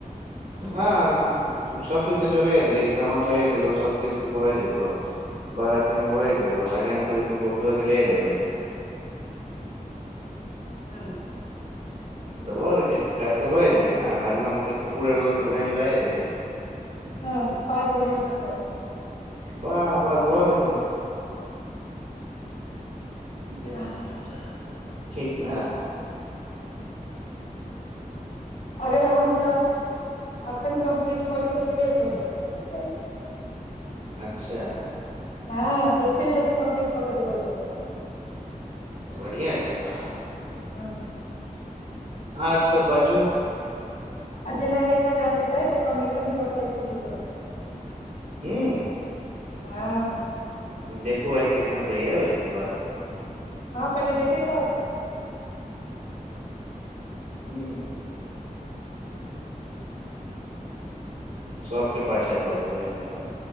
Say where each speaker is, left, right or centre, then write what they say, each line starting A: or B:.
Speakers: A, on the right; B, on the left.
A: हँ सबकछु तऽ जोड़ देलीै सामत भए गेलो सबकछु के भए जतौ बारतीी मे भ गेलो हजाम के रूप मे बबलुआ के ले लेबे
B: हुँ
A: तऽ भऽ जेतै तऽ काज तऽ भए जेतै ने हजमाामे पूरा रोल ओह भए जेतै
B: हुँ पाइ कौरि अपन द
A: वाह बस भऽ गेलै
B: ठीके रहत है तब त
A: ठीक ने
B: अगर हम दस एखन कम्प्लीट कऽलीै तऽ फेर प्रोजेक्टऽ देते आइयए
A: अच्छा
B: हँ जेतेक जल्दी कम्प्पीलट क देब ओत
A: बढ़िआँ छै तऽ
B: हूँ
A: आर सब बाजू
B: आ जेना एक हजार हेतै तऽ कमीशन दिअ पड़ैत छै दू सए रुपैआ
A: हुँ
B: हँ
A: देखू भइ कितना दै य ओहिके बाद
B: हँ पहिले देतीेै तऽ
A: हुँ सभके पाछाँ कऽ देबै हम तऽ